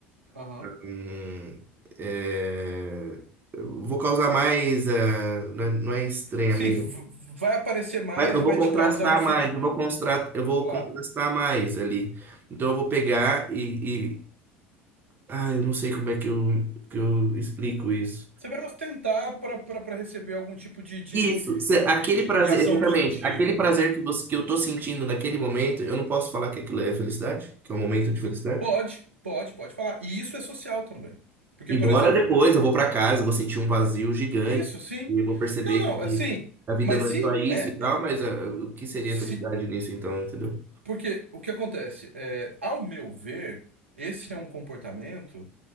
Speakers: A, on the right; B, on the right.
A: aham.
B: hum, é, eu vou causar mais. eh, não é não é estranhamento.
A: Sim, v- vai aparecer mais
B: Mas Eu
A: e
B: vou
A: vai
B: contrastar
A: te causar um sentimento,
B: mais, eu vou contrastar, eu vou
A: claro.
B: contrastar mais ali. Então eu vou pegar e, Ah, eu não sei como é que eu, que eu explico isso.
A: Você vai ostentar para receber algum tipo de, de,
B: Isso, se- aquele
A: de, de
B: prazer,
A: reação
B: exatamente,
A: positiva,
B: aquele prazer
A: né?
B: que você, que eu tô sentindo naquele momento, eu não posso falar que aquilo é felicidade, que é um momento de felicidade.
A: Pode, pode, pode falar. E isso é social também. Porque,
B: Embora
A: por exemplo,
B: depois eu vou pra casa, eu vou sentir um vazio gigante,
A: isso sim.
B: e eu vou perceber
A: Não, não,
B: que
A: assim,
B: a vida
A: mas
B: não
A: sim,
B: é só isso
A: é.
B: e tal, mas ah, o que seria
A: Se,
B: felicidade nisso então, entendeu?
A: porque o que acontece? É, ao meu ver, esse é um comportamento.